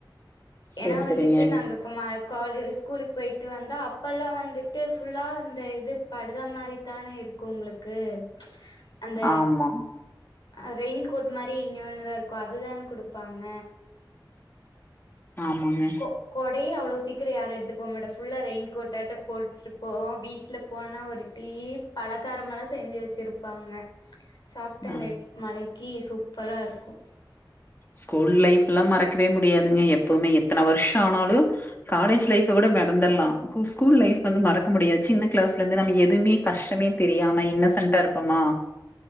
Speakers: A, on the left; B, on the left.
A: ஏன்னா
B: செரி
A: வந்துட்டு
B: செரிங்க.
A: நாங்க கும்மால் காலு ஸ்கூலுக்கு போயிட்டு வந்தா அப்பல்லாம் வந்து ட்டு ஃபுல்லா இந்த இது படுதா மாரி தான இருக்கும் ஓங்களுக்கு அந்த
B: ஆமா.
A: அ ரெயின் கோட் மாதிரி இனியொன்னுதான் இருக்கும் அதுதான குடுப்பாங்க
B: ஆமாங்க.
A: கோ கொடையு அவ்ளோ சீக் கிர யாரும் எடுத்துட் போ மாட்டோம் ஃபுல்லா ரெயின்கோட் ஆட்டோ போட்டுப்போவோம் வீட்ல போனா ஒரு டீ பழ க்காரமல்லாம் செஞ்சு வச்சிருப்பாங்க சாப்ட்டா
B: அ
A: அந்த மழைக்கு சூப்பரா இருக்கும்
B: ஸ்கூல் லைஃப்லா மறக்கவே முடியாதுங்க எப்பவுமே எத்தன வருஷொ ஆனாலு காலேஜ் லைஃப் விட மறந்தல்லா கூ ஸ்கூல் லைஃப் வந்து மறக்க முடியாது சின்ன கிளாஸ்ல இருந்து நம்ம எதுவுமே கஷ்டமே தெரியாம இன்ன சன்ட்டா இருப்பமா